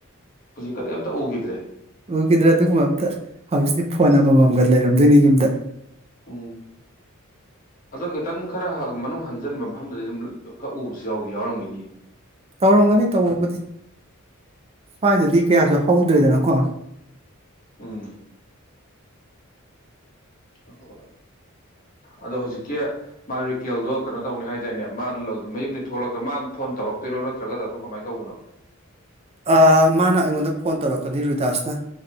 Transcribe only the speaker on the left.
ꯍꯧꯖꯤꯛꯀꯗꯤ ꯑꯝꯇ ꯎꯈꯤꯗ꯭ꯔꯦ
ꯎꯝ ꯑ ꯈꯤꯇꯪ ꯈꯔ ꯃꯅꯨꯡ ꯍꯟ ꯑꯟꯖꯤꯟꯕ ꯃꯐꯝꯗꯗꯤ ꯑꯗꯨꯝ ꯈꯛ ꯎꯕꯁꯨ ꯌꯥꯎꯗ ꯌꯥꯎꯔꯝꯈꯤꯅꯤ
ꯎꯝ <unintelligible> ꯑꯗꯣ ꯍꯧꯖꯤꯛꯀꯤ ꯃꯥ ꯔꯤꯀꯦꯜꯗꯣ ꯀꯩꯅꯣ ꯇꯧꯅꯤ ꯍꯥꯏꯗꯥꯏꯅꯦ ꯃꯥ <unintelligible> ꯃꯌꯨꯝꯗꯩ ꯊꯣꯛꯂꯛꯀ ꯃꯥ ꯐꯣꯟ ꯇꯧꯔꯛꯇꯣꯏꯔꯣ ꯅꯠꯇ꯭ꯔꯒ ꯑꯗꯨꯝ ꯀꯃꯥꯏ ꯇꯧꯕꯅꯣ